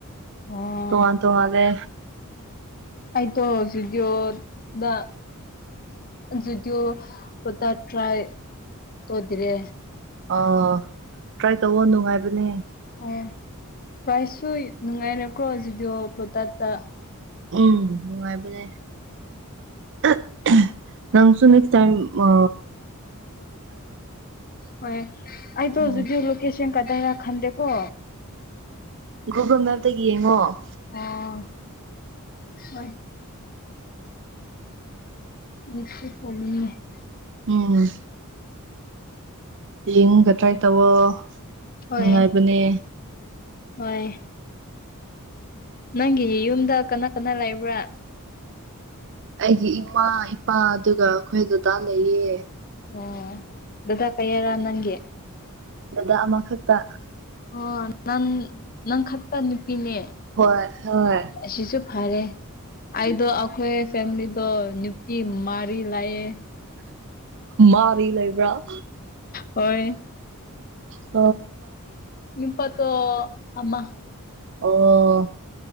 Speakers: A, on the left; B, on the right.
A: ꯑꯣ
B: ꯇꯣꯉꯥꯟ ꯇꯣꯉꯥꯟꯂꯦ
A: ꯑꯩꯇꯣ ꯖꯨꯗꯤꯑꯣ ꯗ ꯖꯨꯗꯤꯑꯣ ꯇꯥ꯭ꯔꯥꯏ ꯇꯗꯔꯤ
B: ꯑꯣ ꯇ꯭ꯔꯥꯏ ꯇꯧꯋꯣ ꯅꯨꯡꯉꯥꯏꯕꯅꯦ
A: ꯍꯣꯏ ꯄ꯭ꯔꯥꯏꯁꯁꯨ ꯅꯨꯡꯉꯥꯏꯔꯦꯀ꯭ꯔꯣ ꯖꯤꯗꯤꯑꯣ ꯄ꯭ꯔꯣꯇꯠꯇ
B: ꯎꯝ ꯅꯨꯡꯉꯥꯏꯕꯅꯦ ꯑꯥ ꯍꯝ ꯅꯪꯁꯨ ꯅꯦꯛꯁ ꯇꯥꯏꯝ ꯃꯥ
A: ꯍꯣꯏ ꯑꯩꯗꯣ
B: ꯎꯝ
A: ꯖꯨꯗꯤꯑꯣ ꯂꯣꯀꯦꯁꯟ ꯗꯩꯔ ꯈꯟꯗꯦꯀꯣ
B: ꯒꯨꯒꯜ ꯃꯦꯞꯇꯒꯤ ꯌꯦꯡꯉꯣ
A: ꯑꯥ ꯍꯣꯏ ꯑꯁꯨ ꯆꯂꯤꯦ <unintelligible>
B: ꯎꯝ ꯌꯦꯡꯒ ꯇ꯭ꯔꯥꯏ ꯇꯧꯑꯣ
A: ꯍꯣꯏ
B: ꯅꯨꯡꯉꯥꯏꯕꯅꯦ
A: ꯍꯣꯏ ꯅꯪꯒꯤ ꯌꯨꯝꯗ ꯀꯅꯥ ꯀꯅꯥ ꯂꯩꯕ꯭ꯔꯥ
B: ꯑꯩꯒꯤ ꯏꯃꯥ ꯏꯄꯥ ꯑꯗꯨꯒ ꯑꯩꯈꯣꯏ ꯗꯗꯥ ꯂꯩꯌꯦ
A: ꯑꯣ ꯗꯥꯗꯥ ꯀꯩꯌꯥꯔ ꯅꯪꯒꯤ
B: ꯗꯗꯥ ꯑꯃꯈꯛꯇ
A: ꯑꯣ ꯅꯪ ꯅꯪ ꯈꯠꯇ ꯅꯨꯄꯤꯅꯦ
B: ꯍꯣꯏ ꯍꯣꯏ
A: ꯁꯨ ꯐꯔꯦ ꯑꯩꯗ ꯑꯩꯈꯣꯏ ꯐꯦꯃꯤꯂꯤꯗ ꯅꯨꯄꯤ ꯃꯔꯤ ꯂꯩꯌꯦ
B: ꯃꯔꯤ ꯂꯩꯕ꯭ꯔꯥ
A: ꯍꯣꯏ
B: ꯑ <inaudible>
A: ꯅꯨꯄꯥꯠꯇꯣ ꯑꯃ
B: ꯑꯣ